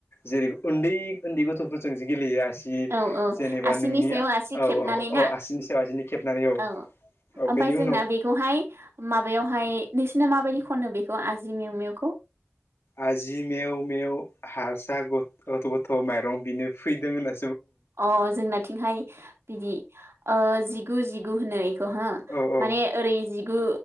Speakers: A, on the left; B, on the right.
A: जेरै उन्दै उन्दै गथ'फोरजोंसो गेलेयो आसि
B: औ औ
A: जेनेबा
B: आसिनि
A: नोंनि
B: सायाव
A: औ
B: आसि खेबनानै
A: औ
B: ना
A: औ आसिनि सायाव आसिनि खेबनानै औ।
B: ओमफ्राय
A: औ बेनि
B: जोंना
A: उनाव
B: बेखौहाय माबायावहाय नोंसिना माबायदि खनो बेखौ आजि मिउमिउखौ?
A: आजि मेव मेव हारसा गथ' गथ' माइरं बिनो फैदों होन्नानै
B: अ जोंनाथिंहाय बिदि ओ जिगु जिगु होनै हो
A: औ औ
B: माने ओरै जिगु